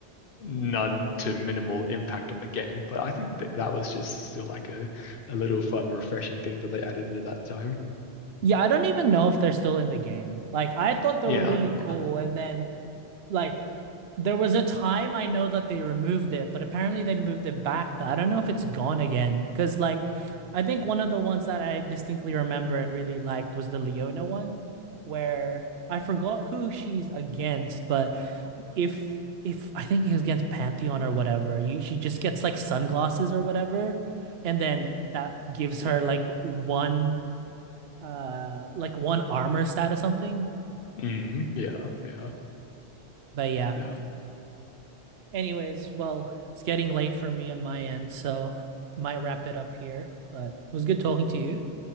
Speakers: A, on the left (about 60°); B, on the right (about 70°).
A: none to minimal impact on the game. But I think that that was just still like a, a little fun, refreshing thing that they added into that time.
B: Yeah, I don't even know if they're still in the game. Like I thought they
A: Yeah,
B: were really
A: yeah,
B: cool, and then like There was a time I know that they removed it, but apparently they moved it back, but I don't know if it's gone again. Because, like, I think one of the ones that I distinctly remember and really liked was the Leona one, where I forgot who she's against, but if if I think it was against Pantheon or whatever, you, she just gets like sunglasses or whatever, and then that gives
A: yeah.
B: her like one uh like one armor stat or something.
A: Mm, yeah, yeah,
B: But yeah.
A: yeah.
B: Anyways, well, it's getting late for me on my end, so might wrap it up here. But it was good talking to you.